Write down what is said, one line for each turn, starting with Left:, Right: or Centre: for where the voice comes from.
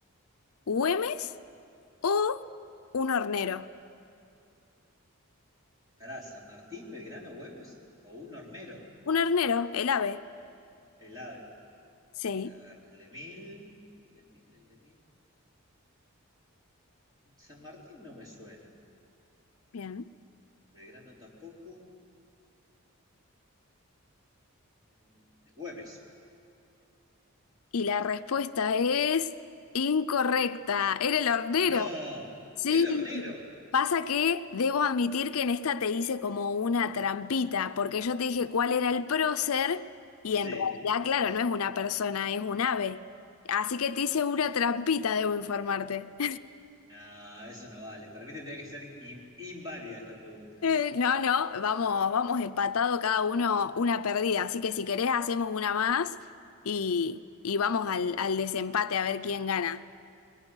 Left: Güemes o un hornero.
Right: Pará, San Martín, Belgrano, Güemes o un hornero,
Left: Un hornero, el ave.
Right: el AVE.
Left: Sí,
Right: A ver, el de mil, el de mil, el de mil. San Martín no me suena.
Left: bien.
Right: Belgrano tampoco. Mm, Güemes.
Left: Y la respuesta es incorrecta. Era el hornero.
Right: ¡No!
Left: Sí,
Right: ¡El hornero!
Left: pasa que debo admitir que en esta te hice como una trampita, porque yo te dije cuál era el prócer y
Right: Sí.
Left: en realidad, claro, no es una persona, es un ave. Así que te hice una trampita, debo informarte. <laughs>
Right: No, eso no vale. Para mí tendría que ser in- inválida esta pregunta.
Left: Eh, No, no, vamos, vamos empatado cada uno una perdida, así que si querés hacemos una más y, y vamos al, al desempate a ver quién gana.